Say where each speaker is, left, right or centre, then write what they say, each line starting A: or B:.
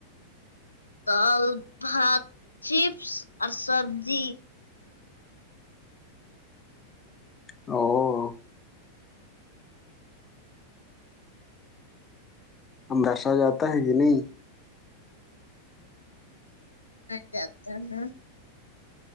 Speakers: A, on the left; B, on the left.
A: دال بھات چیپس اور سبزی
B: او مدرسہ جاتا ہے کہ نہیں
A: <unintelligible>